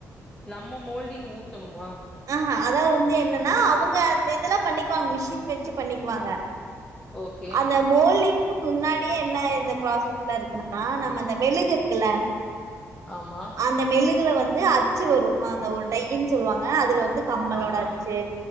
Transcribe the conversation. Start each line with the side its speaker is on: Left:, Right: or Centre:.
Left: நம்ம மோல்டிங் ஊத்தணுமா
Right: அஹா அதா வந்து என்னன்னா அவுங்க அந்த இதெல்லா பண்ணிக்குவாங்க மிஷின் வெச்சி பண்ணிக்குவாங்க
Left: ஓகே
Right: அந்த மோல்டிங்க்கு முன்னாடியே என்ன இந்த ப்ராசஸ்ல இருக்குன்னா நம்ம அந்த மெழுகு இருக்குல
Left: ஆமா
Right: அந்த மெலுகள வந்து அச்சு வரு அந்த ஒரு டையின் சொல்லுவாங்க அதுல வந்து கம்மலோட
Left: ஆமா
Right: ஆச்சு